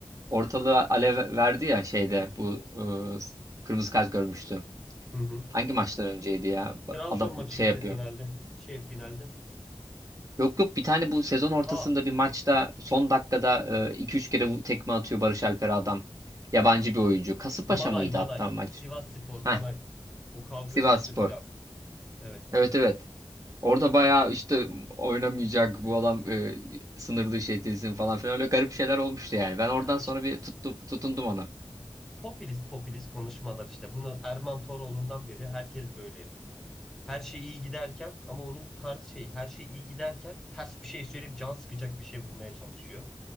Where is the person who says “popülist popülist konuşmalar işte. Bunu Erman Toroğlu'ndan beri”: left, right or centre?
Centre